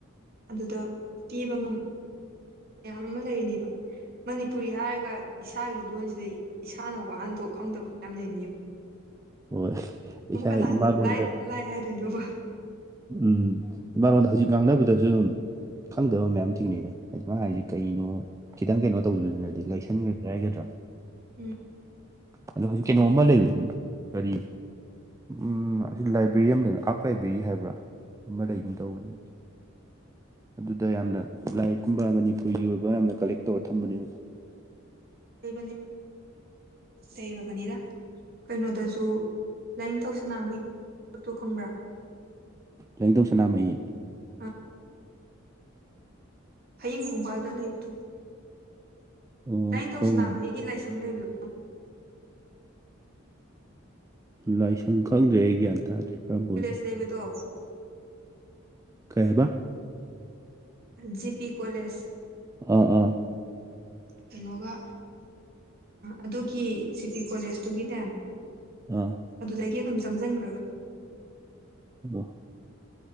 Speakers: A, on the right; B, on the right.
A: ꯑꯗꯨꯗ ꯄꯤꯕ ꯉꯝ ꯃꯌꯥꯝ ꯑꯃ ꯂꯩꯅꯦꯕ ꯃꯅꯤꯄꯨꯔꯤ ꯍꯥꯏꯔꯒ ꯏꯁꯥꯒꯤ ꯂꯣꯟꯁꯤꯗ ꯏꯁꯥꯅ ꯋꯥꯍꯟꯊꯣꯛ ꯈꯪꯗꯕ ꯃꯌꯥꯝ ꯂꯩꯅꯤ
B: ꯍꯣꯏ ꯏꯁꯥ
A: ꯕꯨ ꯀꯅꯥ
B: ꯏꯃꯥꯂꯣꯟꯗ
A: ꯍꯥꯟꯅ ꯂ ꯂꯥꯏ ꯍꯥꯏꯗꯣꯏꯅꯣꯕ
B: ꯎꯝ ꯏꯃꯥꯂꯣꯟꯣꯟꯗ ꯍꯧꯖꯤꯛ ꯉꯥꯡꯅꯕꯗꯁꯨ ꯑꯗꯨꯝ ꯈꯪꯗꯕ ꯃꯌꯥꯝ ꯊꯦꯡꯅꯩꯗ ꯍꯥꯏꯗꯤ ꯃꯥ ꯍꯥꯏꯔꯤꯁꯦ ꯀꯩꯅꯣ ꯈꯤꯇꯪ ꯀꯩꯅꯣ ꯇꯧꯗꯣꯏꯅꯗꯤ ꯂꯥꯏꯁꯟꯈ꯭ꯔꯁ ꯍꯥꯏꯒꯗ꯭ꯔꯥ
A: ꯎꯝ
B: ꯑꯗ ꯍꯧꯖꯤꯛ ꯀꯩꯅꯣꯝꯃ ꯂꯩꯕꯗꯥ ꯈꯪꯗ ꯀꯔꯤ ꯎꯝ ꯑꯁꯤ ꯂꯥꯏꯕ꯭ꯔꯦꯔꯤ ꯑꯃ ꯂꯩꯕ ꯑꯥꯔꯛ ꯂꯥꯏꯕ꯭ꯔꯦꯔꯤ ꯍꯥꯏꯕ꯭ꯔꯥ ꯑꯃ ꯂꯩꯒꯅ ꯇꯧꯒꯅꯤ ꯑꯗꯨꯗ ꯌꯥꯝꯅ ꯂꯥꯏꯔꯤꯛꯀꯨꯝꯕ ꯃꯅꯤꯄꯨꯔꯒꯤ ꯑꯣꯏꯕ ꯌꯥꯝꯅ ꯀꯂꯦꯛ ꯇꯧꯔ ꯊꯝꯕꯅꯦꯕ
A: ꯑꯩꯕ ꯂꯩꯔꯕꯅꯤꯗ ꯀꯩꯅꯣꯗꯁꯨ ꯂꯥꯏꯅꯤꯡꯊꯧ ꯁꯅꯥꯃꯍꯤ ꯄꯣꯠꯇꯣ ꯈꯪꯕ꯭ꯔꯥ
B: ꯂꯦꯡꯊꯧ ꯁꯅꯥꯃꯍꯤ
A: ꯑ ꯍꯌꯤꯡ ꯈꯣꯡꯕꯥꯜꯗ ꯂꯩꯕꯗꯨ
B: ꯑꯣ
A: ꯂꯥꯏꯅꯤꯡꯊꯧꯁꯤꯅꯥꯃꯍꯤꯒꯤ
B: ꯈꯪ
A: ꯂꯥꯏꯁꯪ ꯂꯩꯕꯗꯣ
B: ꯂꯥꯏꯁꯪ ꯈꯪꯗ꯭ꯔꯦ ꯑꯩ ꯒ꯭ꯌꯥꯟ ꯇꯥꯗ꯭ꯔꯦ ꯀꯔꯝꯕ
A: ꯀꯣꯂꯦꯖ
B: ꯑꯣꯏꯗꯣꯏꯅꯣ
A: ꯂꯩꯕꯗꯣ
B: ꯀꯕꯥ
A: ꯖꯤ ꯄꯤ ꯀꯣꯂꯦꯖ
B: ꯑꯥ ꯑꯥ
A: ꯀꯩꯅꯣꯒ ꯑꯗꯨꯒꯤ ꯖꯤ ꯄꯤ ꯀꯣꯂꯦꯖꯇꯨꯒꯤꯅꯦ
B: ꯑꯥ
A: ꯑꯗꯨꯗꯒꯤ ꯑꯗꯨꯝ ꯆꯪꯁꯤꯟꯈ꯭ꯔꯒ
B: <unintelligible>